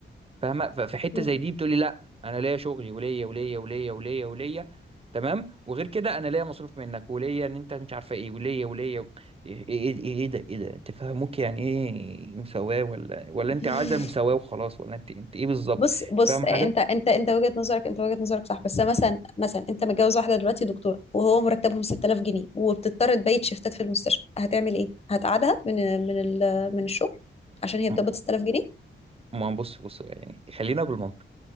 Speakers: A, on the right (about 30°); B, on the left (about 30°).
A: فاهمه ففي حته
B: مم.
A: زي دي بتقولي لا انا ليا شغلي وليا وليا وليا وليا وليا تمام وغير كده انا ليا مصروف منك وليا ان انت مش عارفه ايه وليا وليا و- ايه ايه ايه إيه إيه ده ايه ده انت فاهموك يعني ايه مساواه ولا ولا
B: <laughs>
A: انت عايزه المساواه وخلاص ولا انت انت ايه بالظبط
B: بص بص
A: فاهم حاجه
B: آه، انت انت انت وجهة نظرك انت وجهة نظرك صح بس مثلا مثلا انت متجوز واحدة دلوقتي دكتورة وهو مرتبهم 6000 جنيه وبتضطر تبيت شيفتات في المستشفى هتعمل ايه؟ هتقعدها من من ال- من الشغل عشان هي
A: م-
B: بتقبض 6000 جنيه؟
A: ما بص بص يعني خلينا بالمنطق